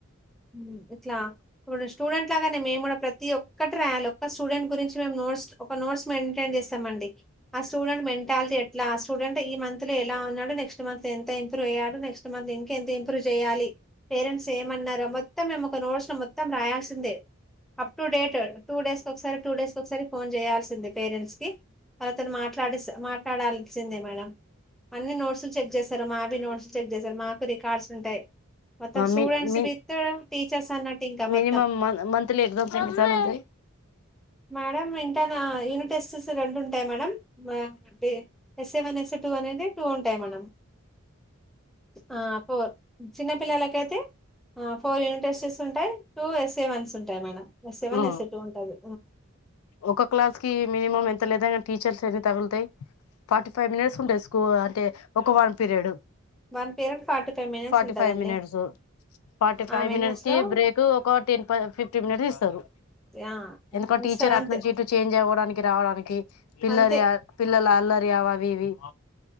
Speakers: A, in the centre; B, on the left.
A: ఊమ్ ఇట్లా ఇప్పుడు స్టూడెంట్ లాగానే మేమ్ కూడా ప్ర ప్రతి ఒక్కటి రాయాలి ఒక్క స్టూడెంట్ గురించి మేమ్ నోట్స్ ఒక నోట్స్ మైంటైన్ చేస్తామండి ఆ స్టూడెంట్ మెంటాలిటీ ఎట్లా ఆ స్టూడెంట్ ఈ మంత్ లో ఎలా ఉన్నాడు నెక్స్ట్ మంత్ ఎంత ఇంప్రూవ్ అయ్యాడు నెక్స్ట్ మంత్ ఇంక ఎంత ఇంప్రూవ్ చేయాలి పేరెంట్స్ ఏమ్ అన్నారో మొత్తం మేమ్ ఒక నోట్స్ ట్స్ మొత్తం రాయాల్సిందే up to date two days ఒక్సారి టూ డేస్ ఒక్సారి ఫోన్ చేయాల్సిందే పేరెంట్స్ కి తన్ మాట్లాడిస్ మాట్లాల్సిందే మేడం అన్ని నోట్స్లు చెక్ చే స్తారు మావి నోట్స్ చెక్ చేసారు మాకు రికార్డ్స్ ఉంటాయి మొత్తం
B: ఆ
A: స్టూడెంట్స్
B: మీ మీ
A: విత్ టీచర్స్ అన్నట్టు ఇంకా
B: మినిమం
A: మొత్తం
B: మంత్లీ ఎగ్జామ్స్ ఎన్నిసార్లు ఉంటాయి
A: మేడం వింటానా యూనిట్ టెస్ట్స్ రెండు ఉంటాయి మేడం మ అంటే ఎస్ఏ వన్ ఎస్ఏ టూ అనేది టూ ఉంటాయి మేడం ఆ పోర్ చిన్నపిల్లలకైతే ఆ ఫోర్ యూనిట్ టెస్టెస్ ఉంటాయి టూ ఎస్ఏ వన్స్ ఉంటాయి మేడం ఎస్ఏ వన్
B: ఆ
A: ఎస్ఏ టూ ఉంటుంది
B: ఒక క్లాస్ కి మినిమం ఎ తెల్లేద టీచర్స్ ఎన్ని తగుల్తాయి ఫార్టీ ఫైవ్ మినేట్స్ ఉంటాయి స్కూల్ అంటే ఒక one period
A: one period forty five minutes
B: forty
A: ఉంటదండి
B: five మినిట్స్ ఫార్టీ ఫైవ్
A: ఆ మినిట్స్
B: మినేట్స్ కి
A: లో
B: బ్రేక్ ఒక టెన్ ఫ ఫిఫ్టీన్ మినేట్స్ ఇస్తారు
A: ఆ
B: ఎందుకో టీచర్
A: ఇస్తారు అంతే
B: అట్ నుంచి ఇటు చేంజ్ అవ్వడానిక్ రావడానికి పిల్లరి
A: అంతే
B: అల్ పిల్లల అల్లరి అవి ఇవి